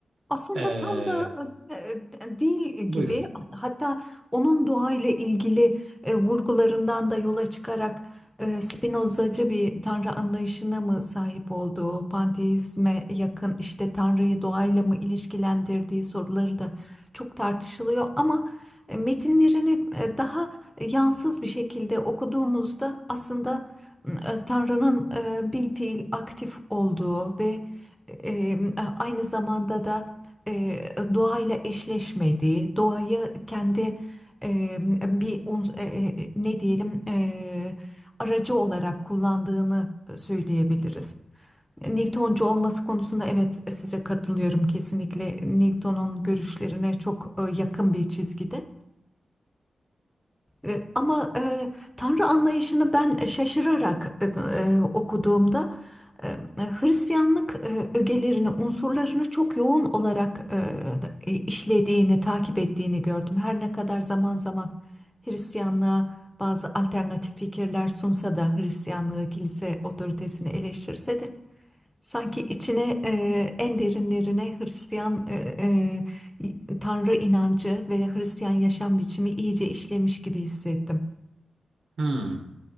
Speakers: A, in the centre; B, on the right.
A: Aslında
B: Ee,
A: tam da e, e, değil
B: buyurun.
A: gibi hatta onun doğayla ilgili e, vurgularından da yola çıkarak e, Spinozacı bir tanrı anlayışına mı sahip olduğu, panteizme yakın işte tanrıyı doğayla mı ilişkilendirdiği soruları da çok tartışılıyor ama e, metinlerini e, daha yansız bir şekilde okuduğumuzda aslında e, Tanrı'nın e, bilfiil aktif olduğu ve e, aynı zamanda da e, doğayla eşleşmediği, doğayı kendi e, bir uns- e, e, ne diyelim e, aracı olarak kullandığını söyleyebiliriz. Newtoncu olması konusunda evet size katılıyorum kesinlikle Newton'un görüşlerine çok e, yakın bir çizgide. E, Ama e, Tanrı anlayışını ben şaşırarak e, e, okuduğumda e, e, Hristiyanlık e, ögelerini, unsurlarını çok yoğun olarak e, e, işlediğini, takip ettiğini gördüm. Her ne kadar zaman zaman Hristiyanlığa bazı alternatif fikirler sunsa da Hristiyanlığı kilise otoritesini eleştirse de Sanki içine e, en derinlerine Hristiyan e, e, Tanrı inancı ve Hristiyan yaşam biçimi iyice işlemiş gibi hissettim.
B: Hmm.